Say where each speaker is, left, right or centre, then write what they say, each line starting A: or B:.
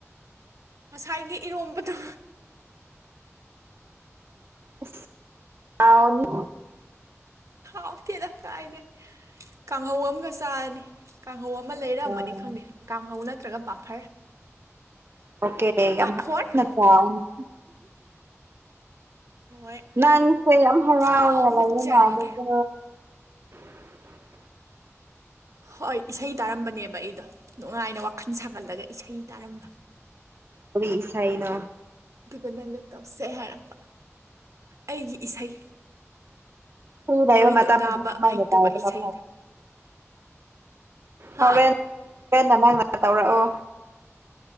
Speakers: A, on the right (about 85°); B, on the right (about 55°).
A: ꯉꯁꯥꯏꯒꯤ ꯏꯔꯣꯝꯕꯗꯣ꫰
B: ꯎꯁ ꯍꯥꯎꯅꯤ
A: ꯍꯥꯎꯇꯦꯗ ꯀꯥꯏꯗꯩ ꯀꯥꯡꯍꯧ ꯑꯃꯒ ꯆꯥꯔꯅꯤ ꯀꯥꯡꯍꯧ ꯑꯃ ꯂꯩꯔꯛꯑꯃꯅꯤ
B: ꯑꯣꯀꯦ
A: ꯈꯪꯗꯦ ꯀꯥꯡꯍꯧ ꯅꯠꯇ꯭ꯔꯒ ꯄꯥꯐꯔ
B: ꯑꯣꯀꯦ ꯌꯥꯝꯠꯇ
A: ꯄꯥꯐꯣꯔ
B: <unintelligible> ꯍꯥꯎꯔꯅꯤ
A: ꯍꯣꯏ
B: ꯅꯪꯁꯦ ꯌꯥꯝ ꯍꯔꯥꯎꯔ
A: ꯍꯥꯎꯅ
B: ꯂꯩꯕ
A: ꯆꯥꯒꯦ
B: ꯃꯥꯜꯂꯦꯀꯣ <inaudible>
A: ꯍꯣꯏ ꯏꯁꯩ ꯇꯥꯔꯝꯕꯅꯦꯕ ꯑꯩꯗꯣ ꯅꯨꯡꯉꯥꯏꯅ ꯋꯥꯈꯜ ꯁꯥꯒꯠꯂꯒ ꯏꯁꯩ ꯇꯥꯔꯝꯕ
B: ꯀꯔꯤ ꯏꯁꯩꯅꯣ
A: ꯑꯗꯨꯒ ꯅꯪꯅ ꯇꯧꯁꯦ ꯍꯥꯏꯔꯛꯄ ꯑꯩꯒꯤ ꯏꯁꯩ
B: ꯐ꯭ꯔꯤ ꯂꯩꯕ
A: ꯅꯣꯏꯅ
B: ꯃꯇꯝꯗꯗꯤ
A: ꯇꯥꯕ
B: ꯁꯨꯃꯥꯏꯅ
A: ꯍꯩꯇꯕ
B: ꯇꯧꯕꯅ
A: ꯏꯁꯩꯗꯣ ꯍꯥ
B: ꯍꯣꯔꯦꯟ ꯍꯣꯔꯦꯟꯅ ꯅꯪꯅ ꯇꯧꯔꯛꯑꯣ